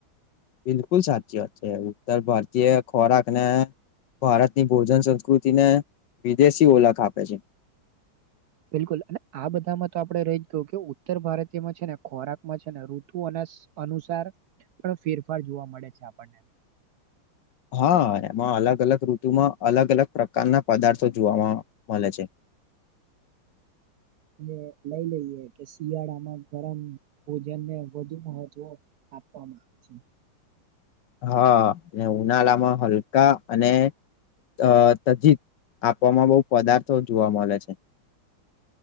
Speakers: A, on the left; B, on the right.
A: બિલકુલ સાચી વાત છે ઉત્તર ભારતીય ખોરાક ને ભારતની ભોજન સંસ્કૃતિને વિદેશી ઓળખ આપે છે.
B: બિલકુલ અને આ બધામાં તો આપડણે રહી ગયું કે ઉત્તર ભારતીયમાં છે ને ખોરાકમાં છે ને ઋતુ અને અનુસાર પણ ફેરફાર જોવા મળે છે આપણને
A: હા એમાં અલગ અલગ રૂત તુંમાં અલગ-અલગ પ્રકારના પદાર્થો જોવાવામાં મળે છે.
B: હમ એ લઈ લઈએ કે શિયાળામાં ગરમ ભોજનને વધુ મહત્વ આપવામાં આવે છે.
A: હા અને ઉનાળામાં હલકા અને અ તજી આપવામાં બહુ પદાર્થો જોવા મળે છે.